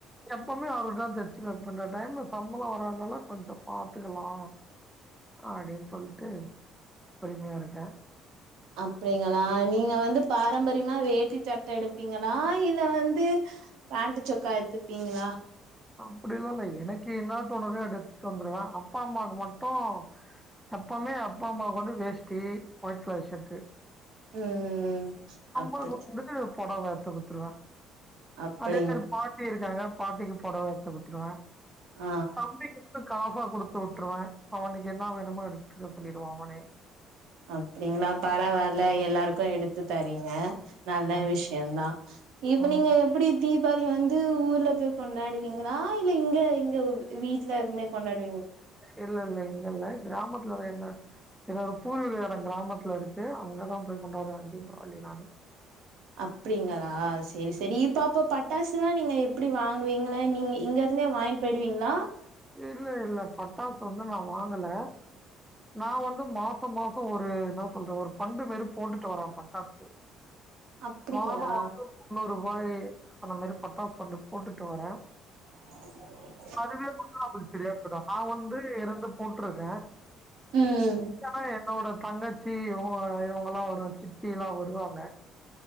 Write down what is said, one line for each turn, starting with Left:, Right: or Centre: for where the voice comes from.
Centre: எப்பவுமே அவருட்டதா தச்சு வப்ப இந்த டைம் சம்பளம் வராதனால கொஞ்சோ பாத்துக்கலா அப்டின் சொல்ட்டு பொறுமையா இருக்கே
Right: அப்படிங்களா நீங்க வந்து பாரம்பரியமா வேட்டி சட்ட எடுப்பீங்களா இல்ல வந்து பேண்டு சொக்கா எடுத்துப்பீங்களா
Centre: அப்படிலா இல்ல எனக்கு என்ன தோணுதோ எடுத்துட்டு வந்துருவ அப்பா அம்மாக்கு மட்டும் எப்பவுமே அப்பா அம்மாக்கு வந்து வேஷ்டி வொயிட் கலர் ஷர்ட்டு
Right: ம்
Centre: ஆம்மாக்கு
Right: அப்படி
Centre: வந்துட்டு புடவே எடுத்து குடுத்துருவ
Right: அப்படிங்
Centre: அதே மாரி பாட்டி இருக்காங்க பாட்டிக்கு புடவ எடுத்து குடுத்துருவ
Right: ஆ
Centre: தம்பிக்கு மட்டு காசா குடுத்து விட்டுருவ அவனுக்கு என்ன வேணுமோ எடுத்துக்க சொல்லிடுவோ அவனே
Right: அப்படிங்களா பரவாயில்ல எல்லாருக்கு எடுத்து தரீங்க நல்ல
Centre: ம்
Right: விஷயம் தா இப்ப
Centre: ம்
Right: நீங்க எப்படி தீபாவளி வந்து ஊர்ல போய் கொண்டாடுவீங்களா இல்ல இங்க இங்க வீட்ல இருந்தே கொண்டாடுவீங்களா
Centre: இல்ல இல்ல இங்க இல்ல கிராமத்துலதா என்ன ஏன்னா பூர்வ கிராமத்துல இருக்கு அங்க தா போய் கொண்டாடுவ தீபாவளி நானு
Right: அப்படிங்களா செரி செரி இப்ப அப்ப பட்டாசு எல்லா நீங்க எப்படி வாங்குவீங்களா நீங்க இங்க இருந்தே வாங்கி போயிடுவீங்களா
Centre: இல்ல இல்ல பட்டாசு வந்து நா வாங்கல நா வந்து மாசம் மாசம் ஒரு என்ன சொல்ற ஒரு பண்டு மாரி போட்டுட்டு வரே பட்டாசு
Right: அப்படிங்களா
Centre: மாதம் வந்து முன்னூறு ரூபாய் அந்த மாரி பட்டாசு பண்டு போட்டுட்டு வரே
Right: <inaudible>
Centre: அதுவே கொடுதா சரியா போயிடு நா வந்து இரண்டு போட்ருக்கே
Right: ம்
Centre: ஏன்னா என்னோட தங்கச்சி இவுங்க இவுங்க எல்லா ஒரு சித் திலா வருவாங்க